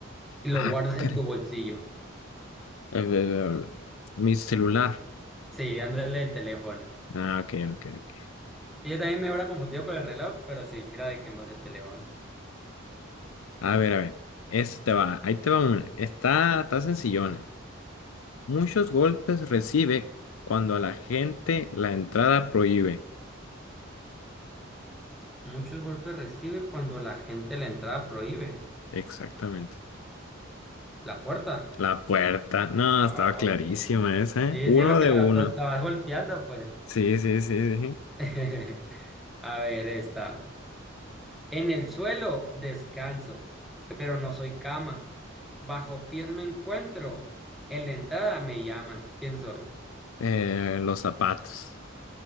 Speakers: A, in the centre; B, on the left.
A: Y lo
B: Ah,
A: guardas
B: caray.
A: en tu bolsillo.
B: Eh, eh, eh, Mi celular.
A: Sí, dándole el teléfono.
B: Ah, ok, ok, ok.
A: Y Yo también me hubiera confundido con el reloj, pero sí, era de quién va a ser el teléfono.
B: A ver, a ver. Este te va, ahí te va una. Está, está sencillona. Muchos golpes recibe cuando a la gente la entrada prohíbe.
A: Muchos golpes recibe cuando la gente la entrada prohíbe.
B: Exactamente.
A: La puerta.
B: La puerta. No,
A: Ah,
B: estaba clarísima
A: ok.
B: esa, ¿eh?
A: Sí,
B: Uno
A: siempre que
B: de
A: la,
B: uno.
A: la vas golpeando, pues.
B: Sí, sí, sí, sí. sí.
A: <laughs> A ver, esta. En el suelo descanso, pero no soy cama. Bajo pies me encuentro. En la entrada me llaman. ¿Quién soy?
B: Eh, los zapatos.